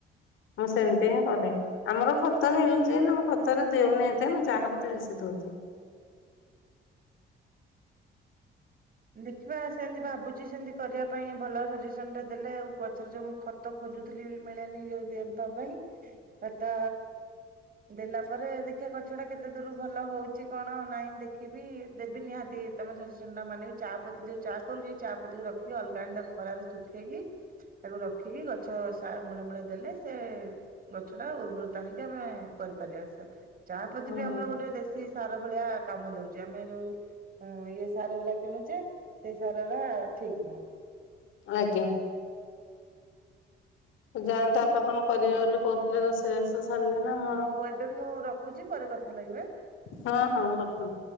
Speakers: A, on the left; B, on the right.
A: ମୁଁ ସେମିତି ହିଁ କରେ ଆମର ଖ ଖତ ମିଳୁଚି ହେଲେ ମୁଁ ଖତରେ ଦେଉନି ଏତେ ଚାହାପତି ବେଶୀ ଦଉଛି।
B: ଦେଖିବା ସେମିତି ଭାବୁଚି ସେମିତି କରିବା ପାଇଁ ଭଲ ସଜେସନ୍ ଟେ ଦେଲେ ଆଉ ଗଛରେ ଯୋଉ ମୁ ଖତ ଖୋଜୁଥିଲି ମିଳେନି ଯଉ ଦେବା ପାଇଁ କଥା ଦେଲା ପରେ ଦେଖିଆ ଗଛ ଟା କେତେ ଦୂର ଭଲ ହଉଛି କଣ ନାଇଁ ଦେଖିବି ଦେବି ନିହାତି ତମ ସଜେସନ ଟା ମାନେ ଚା ପତି ଯୋଉ ଚା କରୁଛି ଚା ପତି କୁ ରଖିକି ଅଲଗା ଆଣି ଖରାରେ ଶୁଖେଇକି ତାକୁ ରଖିକି ଗଛ ସା ମୂଳେ ମୂଳେ ଦେଲେ ସେ ଗଛ ଟା ଉର୍ବୃରତା ହେଇକି ଆମେ କରିପାରିବା ଆସିବା ଚାହାପତି
A: ହଁ।
B: ବି ଆମର ଗୋଟେ ଦେଶୀ ସାର ଭଳିଆ କାମ ଦଉଛି ଆମେ ଯୋଉ ଇଏ ସାର ଅରା କିଣୁଛେ ସେଇ ସାର ଅରା ଠିକ ନୁହଁ।
A: ଆଜ୍ଞା। ଯାଆନ୍ତୁ ଆପଣ କଣ କରିବେ ବୋଲି କହୁଥିଲେ ରୋଷେଇ ବାସ ସରିନି ନା ମୋର
B: ହଉ ଏବେ ମୁଁ ରଖୁଛି ପରେ କଥା ଲାଗିବା।
A: ହଁ ହଁ ରଖନ୍ତୁ।